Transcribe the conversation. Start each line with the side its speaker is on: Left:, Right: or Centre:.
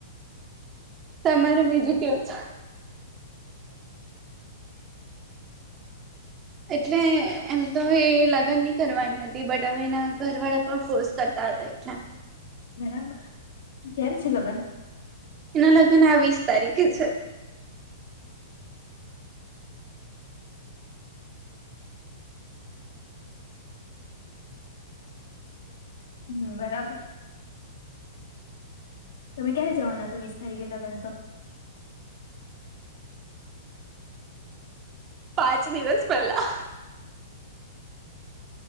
Right: તમારે બીજું કેવ છે?
Left: <unintelligible>
Right: એટલે એમ તો એ લગન નહી કરવાની હતી બટ હવે એના ઘર વાળા પણ ફોર્સ કરતા હતા એટલા.
Left: બરાબર. ક્યારે છે લગ્ન
Right: એના લગ્ન આ વીસ તારીખે છે.
Left: હમ બરાબર. તમે ક્યારે જવાના તો વીસ તારીખે લગન તો?
Right: પાંચ દિવસ પહેલા અહ.